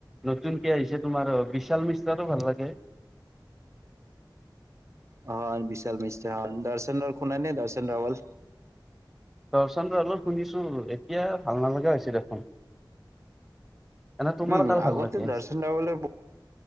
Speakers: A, in the centre; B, on the right.
A: নতুনকে আহিছে তোমাৰ। বিশাল মিশ্ৰাতটো ভাল লাগে।
B: হয় বিশাল মিস্ৰ হয়। দৰ্শন খুোনাই নে দৰ্শন ৰাৱল?
A: দৰ্শন অলপ শুনিছো, এতিয়া ভাল নালগা হৈছে দেখোন। এনে তোমাৰ
B: উম
A: কাৰ
B: আগতে
A: ভাল লাগে
B: দৰ্শন ৰোৱালে,